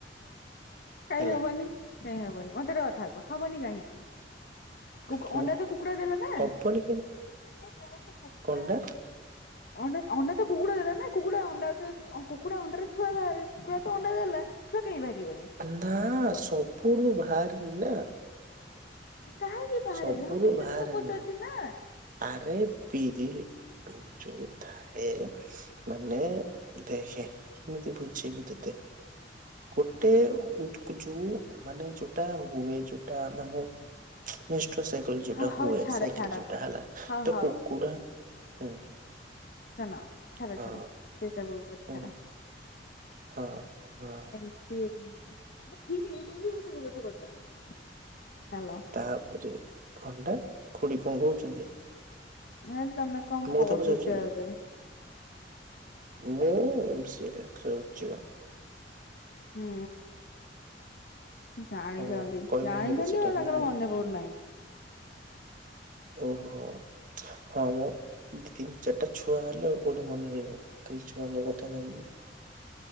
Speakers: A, on the left (about 55°); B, on the right (about 50°).
A: କାଇହିଁ
B: ହେଲା
A: ହବନି କାଇଁ ହବନି ମତେ ଗୋଟେ କଥା କୁହ? ହବନି କାହିଁକି କୁ କୁ
B: ହଁ
A: ଅଣ୍ଡା ତ କୁକୁଡ଼ା ଦେଲା ନା।
B: ହବନି
A: ସେ ତମର ସେ କୁକୁଡ଼ା
B: ଣ୍ଡ <inaudible>
A: ଅଣ୍ଡା ଅଣ୍ଡା ତ କୁକୁଡ଼ା ଦେଲା ନା କୁକୁଡ଼ା ଅଣ୍ଡା କୁକୁଡ଼ା ଅଣ୍ଡାରେ ଛୁଆ ବାହାରେ କୁକୁଡ଼ା ତ ଅଣ୍ଡା ଦେଲା। ଛୁଆ କାଇଁ ବାହାରିବନି।
B: ନା
A: କୁହ
B: ସବୁରୁ ବାହାରେନି ନା।
A: କାହିଁକି? ବାହାରେନି
B: ସବୁରୁୁ
A: ହଁ ସେଇଟା
B: ବାହାରେନି।
A: ତ ମୁଁ ପଚାରୁଛି ନା।
B: ଆରେ ପିରି ଯୋଉ ଥାଏ ମାନେ ଦେଖେ କେମିତି ବୁଝେଇିବି ତତେ ଗୋଟେ ଯୋଉ ମାନେ ଯୋଉଟା ହୁଏ ଯୋଉଟା ମାନେ ରେଷ୍ଟୋ ସାଇକେଲ ଯଉଟା
A: ହଁ ହଉ
B: ହୁଏ
A: ଛାଡ
B: ସାଇକେଲ
A: ଛାଡ
B: ହେଲା
A: ହଉ
B: ତ
A: ହଉ
B: କୁକୁଡା ହୁଁ।
A: <unintelligible> ଶ ଛାଡ
B: ହଁ
A: ଛାଡା ସେ ସବୁ
B: ହୁଁ
A: ଛାଡା
B: ହଁ ହଁ
A: ସ ଆମ ଠିକ ଏଇଟ ସବୁ କଥା୍ୟାଲ <unintelligible>
B: ତାପରେ ଖଣ୍ଡ ଖୁଡି କଣ କହୁଛନ୍ତି?
A: ହୁଁ ତମେ କଣ
B: ମୋ
A: ପଢୁଛ
B: କଥା ପଚାରୁଚନ୍ତି।
A: ଏବେ
B: ମୁଁ ସିଏ ଖେଳୁଚନ୍ତି।
A: ହୁଁ ଜାଣିଛନ୍ତି
B: ହଁ କହିବୁନି
A: ଜାଣିଛନ୍ତି
B: ବୋଧେ ସେଟା
A: ହେ
B: ନାଇଁ
A: ତାଙ୍କର
B: କି?
A: ମନେ ପଡୁନାଇଁ।
B: ଓହୋ ହଁ ମ ଦିଦି। ଚାରିଟା ଛୁଆ ହେଲେ ଆଉ କୋଉଠି ମନେ ରହିବ। ଖାଲି ଛୁଆଙ୍କ କଥା ଭାବିବୁ